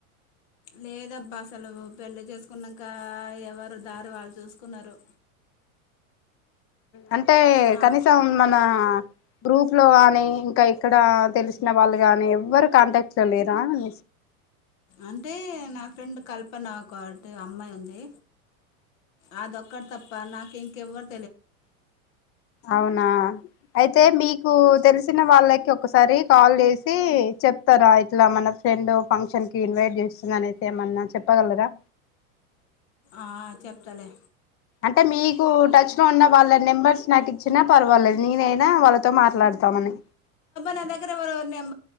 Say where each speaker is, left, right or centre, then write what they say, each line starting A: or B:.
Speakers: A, on the left; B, on the left.
A: లేదబ్బా అసలు పెళ్లి చేసుకున్నాక ఎవరు దారి వాళ్ళు చూసుకున్నారు.
B: అంటే
A: నా
B: కనీసం మన గ్రూప్లో కానీ ఇంకా ఇక్కడ తెలిసిన వాళ్ళు కానీ ఎవరు కాంటాక్ట్ క్ట్ల లేరా అని
A: అంటే నా ఫ్రెండ్ కల్పన ఒక టి అమ్మాయి ఉంది. అదొ ఒక్కర్ తప్ప నాక ఇంకె ఎవ్వర్
B: అవునా అయితే మీకు తెలిసిన వాళ్ళకి ఒకసారి కాల్ చేసి చెప్తారా ఇట్లా మ మన ఫ్రెండ్ ఫంక్షన్ కి ఇన్వైట్ చేస్తుంది అనేసి ఏమన్నా చెప్పగలరా?
A: ఆ చెప్తలే
B: అంటే మీకు టచ్ లో ఉన్న వాళ్ళ నెంబర్స్ నాకిచ్చినా పర్వాలేదు నేనైనా వాళ్ళతో మాట్లాడతామని
A: నా దగ్గర ఎవరు నెం